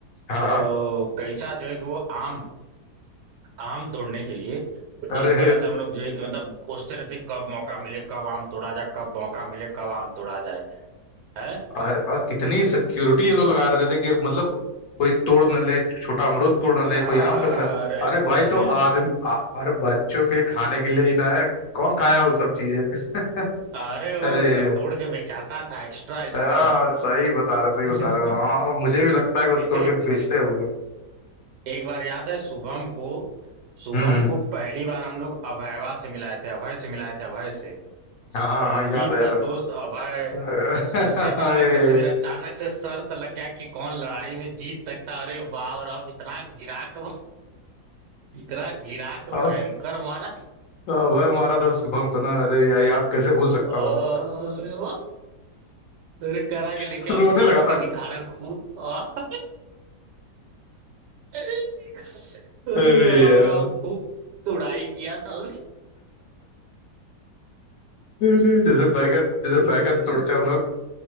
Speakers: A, on the left; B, on the right.
A: हाँ
B: तो
A: हाँ।
B: कैसा जो है कि वो आम आम तोड़ने के लिए कि
A: अरे
B: इस तरह से हम लोग जो है कि मतलब कोसते रहते कब मौका मिले कब आम तोड़ा जाए कब मौका मिले कब आम तोड़ा जाए है
A: और, और कितनी सिक्योरिटी ये लोग लगा रहे थे कि मतलब कोई तोड़ न ले छोटा अमरूद तोड़ ना ले
B: हाँ
A: कोई आम तोड़
B: हाँ
A: ना
B: अरे
A: अरे
B: कुछ
A: भाई
B: नहीं
A: तो आदमी आ- अरे बच्चों के खाने के लिए ही ना है कौन खाया वो सब चीजें
B: अरे
A: <laughs>
B: वो
A: अरे
B: क- तोड़ के बेचाता था एक्स्ट्रा इनकम
A: हाँ सही बता रहा सही
B: <laughs>
A: बता रहा हाँ मुझे भी लगता है कि वो तोड़
B: ए, ए,
A: के बेचते होंगे
B: एक बार याद है शुभम को शुभम
A: हम्म हम्म।
B: को पहली बार हम लोग अभयवा से मिलाए थे अभय से मिलाए थे अभय से
A: हाँ हाँ
B: रंजीत
A: हाँ याद है याद
B: का दोस्त अभय
A: है
B: उससे
A: <laughs>
B: मिलाए
A: अरे
B: थे तो फिर अचानक से शर्त लग गया कि कौन लड़ाई में जीत सकता अरे वाह और अब इतना गिराक इतना गिरा के
A: और-
B: भयंकर मारा
A: और भाई मारा था शुभम को ना अरे यार याद कैसे भूल सकता
B: अरे
A: हूँ मैं
B: वाह! अरे करा के देखे
A: <laughs> रोने
B: हम जीत
A: लगा
B: के
A: था
B: दिखा रहे हैं खूब आह! अरे
A: अरे
B: वाह
A: यार
B: और वाह खूब तुड़ाई किया था उसकी
A: अरे जैसे बैगन जैसे
B: अरे
A: बैगन तोड़ते हैं हम लोग